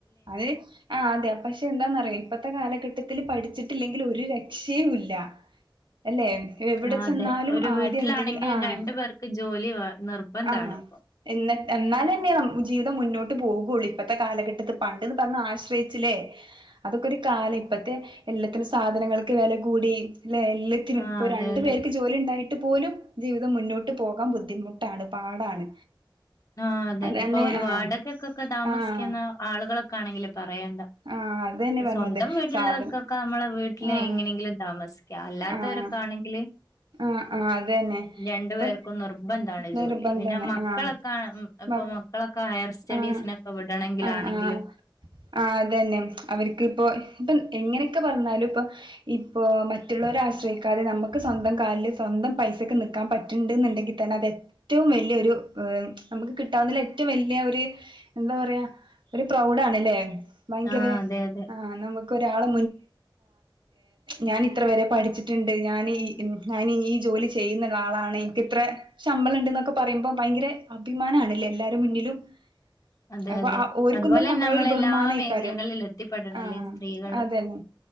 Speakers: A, on the right; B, on the left.
A: അതെ ആ അതെ പക്ഷെ എന്താന്ന അറിയാം ഇപ്പത്തെ കാലഘട്ടത്തിൽ പഠിച്ചിട്ടില്ലെങ്കിൽ ഒരു രക്ഷയുമ ഇല്ല അല്ലെ എവിടെ
B: ആഹ്
A: ചെന്നാലും
B: അതെ ഒരു
A: ആദ്യം
B: വീട്ടിലാണെങ്കിലും
A: എന്തെങ്കിലും ആഹ
B: രണ്ടു പേർക്ക് ജോലി വേ നിർബന്ധാണ്
A: ആഹ
B: ഇപ്പൊ.
A: എന്നട്ട് എന്നാല തന്നെയ ജീവിതം മുന്നോട്ട് പോുള്ളൂ ഇപ്പഴത്തെ കാലഘട്ടത്ത് പണ്ട്ന്ന് പറഞ്ഞ ആശ്രയിച്ചില്ലേ അതൊക്കെ ഒരു കാലം ഇപ്പത്തെ എല്ലാത്തിനും സാധനങ്ങൾക്ക് വില കൂടിയ അല്ല എല്ലത്തിനുംൊ
B: ആഹ് അതെ
A: രണ്ടു
B: അതെ
A: പേർക്ക് ജോലി ഉണ്ടായിട്ട് പോലും ജീവിതം മുന്നോട്ട് പോകാൻ ബുദ്ധിമുട്ടാണ് പാടാണ്
B: ആ അതെ
A: അതന്നെ
B: അപ്പൊ ഒരു
A: ആഹ്
B: വാടകൊക്കൊക്കെ താമസിക്കുന്ന
A: ആഹ്
B: ആളുകളൊക്കെ ആണെങ്കിലും പറയണ്ട
A: ആഹ് അത് തന്നെ പറഞ്ഞത്
B: സ്വന്തം വീട്ടുള്ളവർക്കൊക്കെ
A: സാധന
B: നമ്മളെ വീട്ടില്
A: ആഹ്
B: എങ്ങനെങ്കിലും താമസിക്കുക അല്ലാത്തവരൊക്കെ
A: ആഹ്
B: ആണെങ്കില്
A: ആഹ് ആഹ് അത് തന്നെ
B: രണ്ടു
A: ഇപ്പം
B: പേർക്കും നിർബന്ധമാണ്
A: നിർബന്ധാണ്
B: ജോലി പിന്നെ മക്കളൊക്കെ
A: ആഹ്
B: ഇപ്പൊ മക്കളൊക്കെ ഹയർ സ്റ്റഡീസിനൊക്കെ
A: ആഹ്
B: വിടണെങ്കിലാണെങ്കിലും
A: ആഹ് ആഹ് ആഹ് അതെന്നെ അവരിക്ക് ഇപ്പോ ഇപ്പം എങ്ങനെയൊക്കെ പറഞ്ഞാലും ഇപ്പം ഇപ്പോ മറ്റുള്ളവരെ ആശ്രയിക്കാതെ നമുക്ക് സ്വന്തം കാലില് സ്വ പൈസൊക്കെ നൽക്കാൻ പറ്റണ്ടുണ്ടെങ്കിൽ തന്നെ അ റ്റവും വലൊരു് നമുക്ക് കിട്ടാവുന്ന ഏറ്റവുംല എന്താ പറയാ ഒരു പ്രൗഡ ആണല്ലേ ഭയങ്കര
B: ആഹ് അതെ അതെ
A: ആ നുക്ക് ള ഞ ഇ പഠിച്ചിട്ടുണ്ട് ഞ ജോലി ചെയ്യുന്നരാളാണ് എനിക്ക് ഇത്ര ശമ്പളം ഉണ്ട് എന്നൊക്കെ പറയുമ്പോ ഭയങ്കര അഭിമാന ആണല്ല എല്ലരുും മുന്നിലും ഉം <unintelligible>
B: അതെ
A: അപ്പൊ
B: അതെ
A: ആ ക്കും
B: അതുപോലെ
A: തന്നെ നമ്മള
B: നമ്മളെല്ലാ
A: ഒരു ബഹുമാനമായിക്കാര്യം
B: മേഖലകളിലും എത്തിപ്പെടണല്ലേ
A: ആ
B: സ്ത്രീകള്
A: അതന്നെ